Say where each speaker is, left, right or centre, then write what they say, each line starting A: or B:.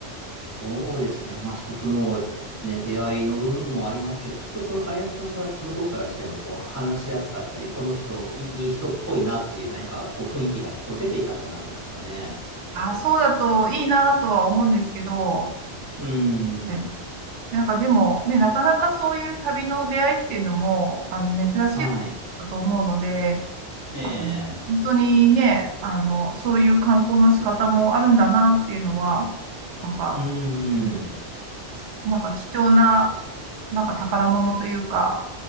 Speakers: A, on the right; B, on the right.
A: そうですね。まあ、人との、ね、出会いの運もありますけど、きっとその林さんが向こうからしても、こう、話しやすかったり、この人、いい、い人っぽいなっていう、何か、こう、雰囲気がきっと出ていたんじゃないですかね。
B: あ、そうだといいなとは思うんですけど、
A: うーん。
B: はい。なんかでも、ね、なかなかそういう旅の出会いっていうのも、あの、珍しいことだと思うので、
A: はい。ええ。
B: あの本当にね、あの、そういう観光の仕方もあるんだなっていうのは、なんか、
A: うんうん。
B: うんなんか貴重な、なんか宝物というか、